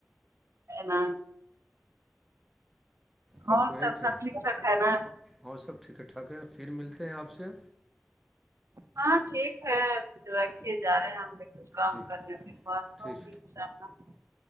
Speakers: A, on the right; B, in the centre.
A: ن
B: بس
A: اور
B: وہی
A: ت
B: چیز
A: سب ٹھیکٹھاک ہے نا <inaudible>
B: اور سب ٹھیک ہے ٹھاک ہے پھر ملتے ہیں آپ سے
A: ہاں ٹھیک ہے جوے جا رہے ہیں ہمیک <inaudible> کچھ کام
B: ٹھیک
A: کرنے میں ب بتام
B: ٹھیک
A: <inaudible>